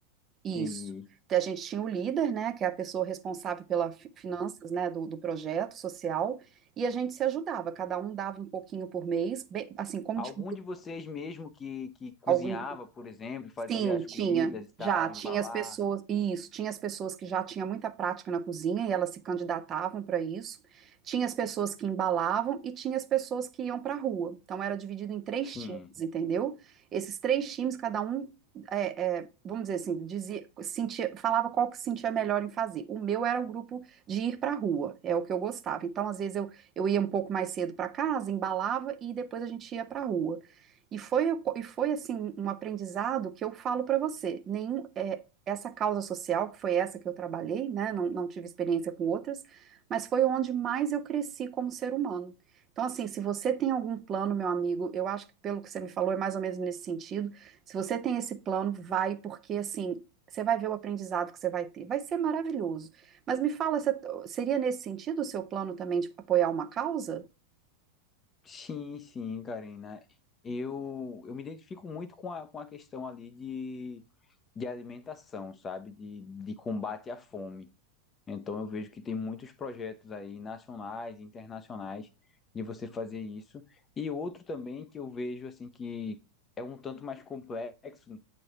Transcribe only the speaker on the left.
entendi.
Algum
de vocês mesmo que, que cozinhava,
por exemplo, fazia
as
comidas e tal,
embalar?
Sim.
Sim, sim, Karina. Eu, eu me identifico muito com a, com a questão ali de, de alimentação, sabe? De, de combate à fome. Então eu vejo que tem muitos projetos aí, nacionais, internacionais, de você fazer isso. E outro também que eu vejo, assim, que é um tanto mais complexo,